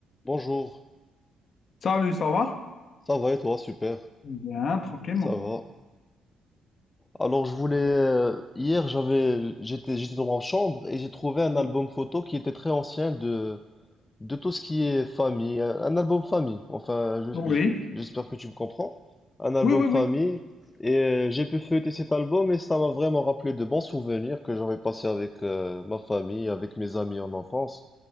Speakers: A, on the left; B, on the left.
A: Bonjour,
B: Salut, ça va?
A: ça va et toi? Super,
B: Bien, tranquillement.
A: ça va. Alors je voulais euh, hier j'avais j'étais j'étais dans ma chambre et j'ai trouvé un album
B: Oh,
A: photo qui était très ancien de de tout ce qui est famille, un, un album famille. Enfin, je-
B: Oui,
A: je- j'espère que tu me comprends. Un album
B: oui, oui,
A: famille
B: oui,
A: et euh, j'ai pu feuilleter cet album et ça m'a vraiment rappelé de bons souvenirs que j'avais passés avec euh, ma famille, avec mes amis en enfance.